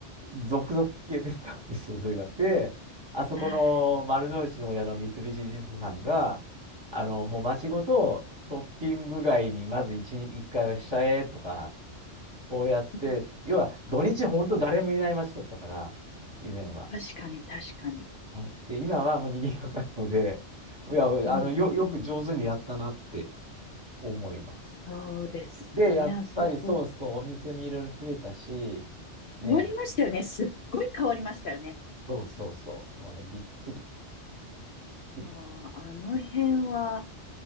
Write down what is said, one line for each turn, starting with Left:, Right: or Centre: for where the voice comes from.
Right: 続々消えてったんですよ、それが。で、あそこの丸の内の親の三菱地所さんが、
Left: あ
Right: あの、
Left: ー
Right: もう街ごとショッピング街にまず一日一回はしちゃえとか、そうやって、
Left: うん
Right: 要は土日本当誰もいない街だったから、以前は。
Left: 確かに、確かに。
Right: はいで、今はもう賑やかなので、いや、あの、
Left: うんうんうん。
Right: よ、よく上手にやったなって思います。
Left: そうですね。
Right: で、やっぱりそうそう、
Left: あそこ、
Right: お店もいろいろ増えたし、ね、
Left: 変わりましたよね。すっごい変わりましたよね。
Right: そうそうそう、もうね、びっくり、びっくり。
Left: あう、あの辺は、